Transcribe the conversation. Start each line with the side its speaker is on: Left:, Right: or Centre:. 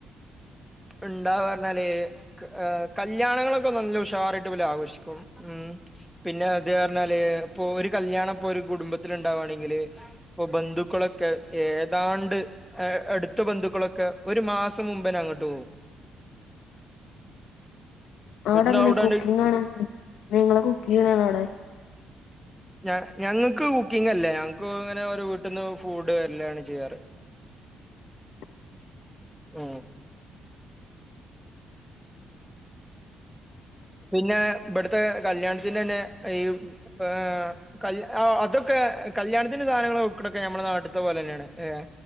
Centre: ഇണ്ടാവാറ്ഞ്ഞാല് ക് കല്യാണങ്ങളൊക്കെ നല്ല ഉഷാറായിട്ട് വല് ആഘോഷിക്കും ഉമ് പിന്നെ അത് പറ്ഞ്ഞാല് ഇപ്പൊ ഒരു കല്യാണ ഇപ്പൊ ഒരു കുടുംബത്തില്ണ്ടാവാണെങ്കില് ഇപ്പൊ ബന്ധുക്കളൊക്കെ ഏതാണ്ട് ഏഹ് അടുത്ത ബന്ധുക്കളൊക്കെ ഒരു മാസം മുമ്പന്നെ അങ്ങട്ട് പോവും
Left: അവിടെ
Centre: പിന്നെ
Left: എങ്ങനെ
Centre: അവിടാണ്ട്
Left: കുക്കിങ്ങാണങ് നിങ്ങള് കുക്ക്യ്യാണൊവിടെ
Centre: ഞ ഞങ്ങക്ക് കുക്കിംങ്ങല്ല ഞങ്ങക്ക് ഇങ്ങനെ ഓരോ വീട്ടിന്ന് ഫൂഡ് വര്ലാണ് ചെയ്യാറ്
Left: <inaudible>
Centre: ഉമ് പിന്നെ ഇബട്ത്തെ കല്യാൺത്തിനന്നെ ഈ ഏഹ് കല് അഹ് അതൊക്കെ കല്യാൺത്തിന് സാധനങ്ങള് വെക്ക്ണൊക്കെ ഞമ്മളെ നാട്ട്ത്തെ പോലെന്നെണ് ഏഹ്